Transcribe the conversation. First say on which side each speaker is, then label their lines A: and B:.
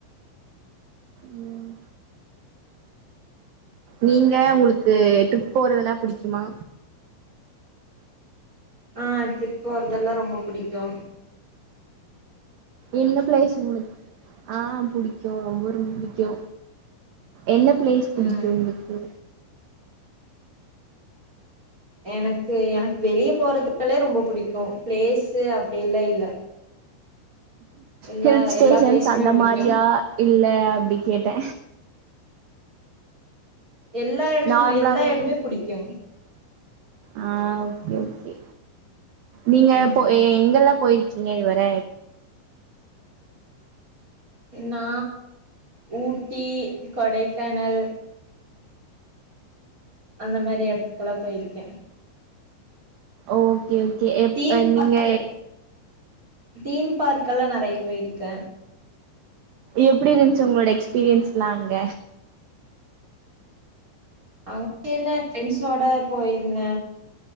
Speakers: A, on the right; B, on the right.
A: ம் நீங்க உங்ளுக்கு ட்ரிப் போறதுலா புடிக்குமா
B: ஆ ட்ரிப் போறதெல்லா ரொம்ப பிடிக்கு
A: என்ன பிளேஸ் உங்ளு ஆ புடிக் கு ரொம்ப ரொம்ப பிடிக்கு என்ன பிளேஸ் பிடிக்கு
B: ம்
A: உங்களுக்கு
B: எனக்கு எனக்கு வெளிய போறதுனால ரொம்ப புடிக்கு பிளேசு அப்டியெல்லா இல்ல எல்லா
A: ஹில் ஸ்டேஷன்ஸ்
B: எல்லா பிளேஸுமே
A: அந்த
B: புடிக்கு
A: மாரியா இல்ல அப்டி கேட்ட
B: எல்லா எடத்துமே
A: நார்மலாவே
B: எல்லா இடமே புடிக்கு
A: ஆ ஓகே ஓகே நீங்க
B: ம்
A: போ எ எங்கெல்லா போய்ருக் இங்க இதுவர
B: நா ஊட்டி கொடைக்கானல் அந்த மாரி எடத்துக்கெல்லா போய்ருக்க
A: ஓகே கே எப்ப
B: தீம்
A: நீங்க
B: பார்க்கு தீம் பார்க்கெலா நறைய போயிருக்க
A: எப்படி இருந்துச்சு உங்களோட எக்ஸ்பீரியன்ஸ் லா அங்க
B: அங்க என்ன பிரண்ட்ஸ்ஸோட போயிருந்த